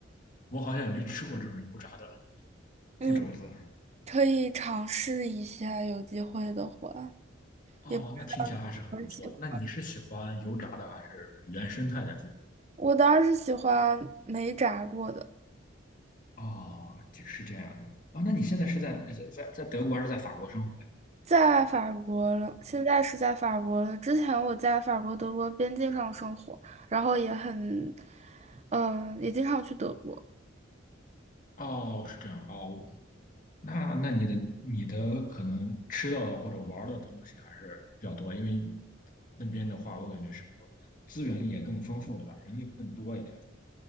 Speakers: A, on the left; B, on the right.
A: 我好像也没吃过这种油炸的
B: 嗯。
A: 猪肘子。
B: 可以尝试一下，有机会的话，
A: 哦，
B: 也不知道我喜欢。
A: 那听起来还是很不错的那你是喜欢油炸的还是原生态的猪肘？
B: 我当时喜欢没炸过的，
A: 哦，这是这样的。啊，那你现在是在在在在德国还是在法国生活呀？
B: 在法国了，现在是在法国了。之前我在法国德国边境上生活，然后也很，嗯、也经常去德国。
A: 哦，是这样。哦，那那你的你的可能吃到的或者玩儿的东西还是比较多，因为那边的话，我感觉是不资源也更丰富，对吧？人也更多一点，